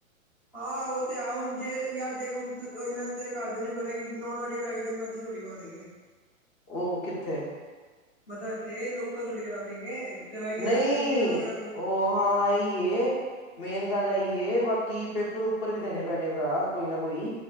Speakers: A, in the centre; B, on the left.
A: ਹਾਂ ਉਹ ਤੇ ਹੈ ਹੁਣ ਜੇ ਯਾਰ ਦੇਖ ਹੁਣ ਇਨਾਂ ਤੇਰੇ ਘਰ ਦਿਆਂ ਨੂੰ ਪਤਾ ਕਿ ਨੋਨ। ਕਰਾ ਕੇ ਤੈਨੂੰ ਇਥੇ ਥੋੜੀ ਬਾ ਦੇਣਗੇ।
B: ਉਹ ਕਿੱਥੇ
A: ਮਤਲਬ ਇੱਥੇ ਲੋਕਲ ਥੌੜੀ ਕਰਾ ਦੇਂਗੇ। ਕਰਾਏਂਗੇ
B: ਨਹੀਂ
A: ਜਾਂ ਚੰਡੀਗੜ੍ਹ ਹੋ ਗਿਆ ਕੁਛ
B: ਉਹ ਹਾਂ ਇਹ ਹੀ ਏ। ਮੇਨ ਗੱਲ ਇਹ ਈ ਏ ਬਾਕੀ ਪੇਪਰ ਪੁਪਰ ਵੀ ਦੇਣੇ ਪੈਣੇ ਭਰਾ ਕੋਈ ਨਾ ਕੋਈ